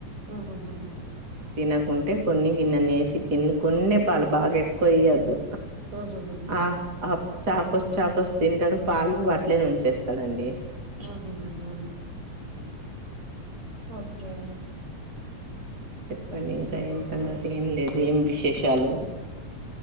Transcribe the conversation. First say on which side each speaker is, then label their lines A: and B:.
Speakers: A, on the right; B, on the right.
A: ఉహు హు
B: తినకుంటే కొన్ని గిన్నె నేసి గిన్నె కొన్న పాలు బాగా ఎక్కువ వయ్యద్దు
A: ఉహుహుహు
B: ఆ ఆ చాకోస్ చాకోస్ తింటాడు పాలు అట్లేనే ఉంచేస్తాడండి
A: హహహహ
B: ఆ
A: ఓకే
B: చెప్పండి ఇంకా ఏం సంగతి ఏం లేదు ఏం విశేషాలు